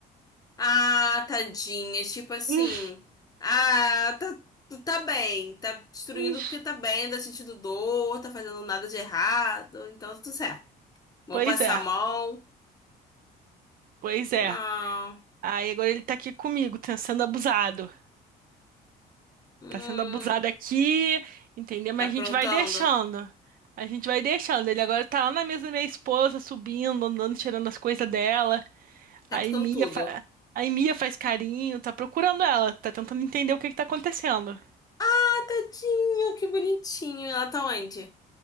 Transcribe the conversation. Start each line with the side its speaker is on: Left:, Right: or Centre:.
Left: Ah, tadinha. Tipo assim.
Right: Hum,
Left: Ah, tá, tu tá bem. Tá destruindo
Right: hum.
Left: porque tá bem, tá sentindo dor, tá fazendo nada de errado. Então, tá tudo certo. Vamos
Right: Pois
Left: passar
Right: é,
Left: a mão.
Right: pois é.
Left: Ah,
Right: Aí agora ele tá aqui comigo, tá sendo abusado.
Left: hum,
Right: Tá sendo abusado aqui, entendeu? Mas
Left: tá aprontando?
Right: a gente vai deixando. A gente vai deixando. Ele agora tá lá na mesa da minha esposa, subindo, andando, tirando as coisas dela.
Left: Tá
Right: Aí
Left: tocando
Right: Mia,
Left: tudo.
Right: fa... Aí Mia faz carinho, tá procurando ela, tá tentando entender o que que tá acontecendo.
Left: Ah, tadinho, que bonitinho. Ela tá onde?